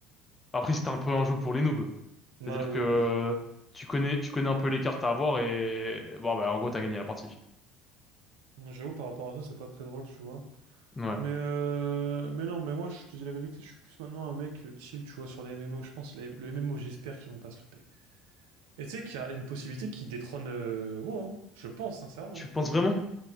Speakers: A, on the left (about 20°); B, on the right (about 60°).
A: Après, c'était un peu un jeu pour les noobs.
B: Bah,
A: C'est-à-dire
B: ouais,
A: que euh,
B: ouais, je-
A: tu connais tu connais un peu les cartes à avoir et bon bah en gros t'as gagné la partie.
B: J'avoue, par rapport à ça, c'est pas très drôle, tu vois.
A: Ouais.
B: Mais, euh, mais non, mais moi, je te dis la vérité, je suis plus maintenant un mec euh, chill, tu vois, sur les MMO. Je pense, les- le MMO, j'espère qu'ils vont pas se louper. Et tu sais qu'il y a une possibilité qui détrône euh, WoW, hein. je pense, sincèrement.
A: Tu penses vraiment?